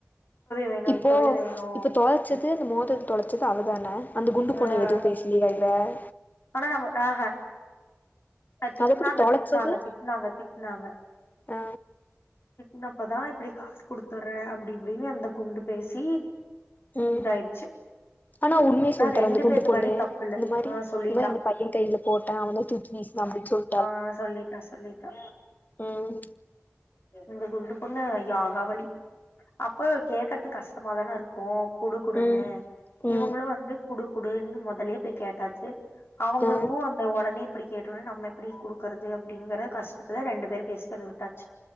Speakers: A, on the left; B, on the left.
A: வேணு
B: இப்போ
A: இப்பவே வேணு
B: இப்போ தொலைச்சது அந்த மோதர தொலைச்சது அவதான அந்த குண்டு பொண்ண
A: ஆ
B: எதுவும் பேசலியா <unintelligible>
A: ஆனா நம ஆஹா திட்டுனாங்க
B: அது எப்டி தொலைச்சது
A: திட்டுனாங்க திட்டுனாங்க திட்டுனாங்க
B: ஆ
A: ன்னப்பதான் இப்படி காசு குடுத்துர்றேன் அப்படி இப்படின்னு அந்த குண்டு பேசி
B: உம்
A: இதாயிடுச்சு
B: ஆனா உண்மைய சொல்லிட்டறேன்
A: ரெண்டு
B: அந்த குண்டு
A: பேத்து
B: பொண்ணு
A: மேலயு தப்பில்ல
B: இந்த மாரி
A: ஆ சொல்லிட்டா
B: இந்த மாரி இந்த பையன் கையில போட்டேன் அவனால தூச்சி வீசினான் அப்பின்னு சொன்
A: ஆஹ் சொல்லிட்டா சொல்லிட்டா
B: ம்
A: இந்த குண்டு பொண்ணு யாகாவளி அப்ப கேக்குறது கஷ்டமாதானே இருக்கும் குடுக்குடுனு
B: ம் ம்
A: இவங்களும் வந்து குடு குடுன்னு முதலே போய் கேட்டாச்சு அவங்களுக்கும்
B: ம்
A: அந்த உடனே அப்டி கேட்ட ஒடனே நம் அப்படி குடுக்குறது அப்படிங்கற கஷ்டத்துல ரெண்டு பேர் பேசுறது விட்டாச்சு